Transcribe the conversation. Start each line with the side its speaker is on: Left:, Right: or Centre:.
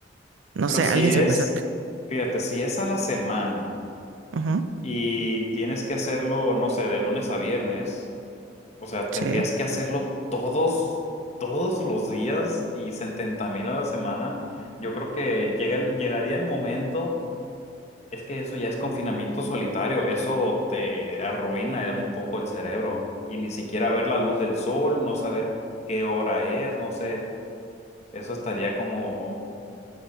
Right: no
Left: Pero
Right: sé,
Left: si
Right: alguien
Left: es,
Right: se me acerca.
Left: fíjate, si es a la semana.
Right: Ujú,
Left: Y tienes que hacerlo, no sé, de lunes a viernes. O sea, tendrías
Right: sí.
Left: que hacerlo todos, todos los días y setenta mil a la semana. Yo creo que llega- el- llegaría el momento, es que eso ya es confinamiento solitario, eso te arruina un poco el cerebro. Y ni siquiera ver la luz del sol, no saber qué hora es, no sé, eso estaría como,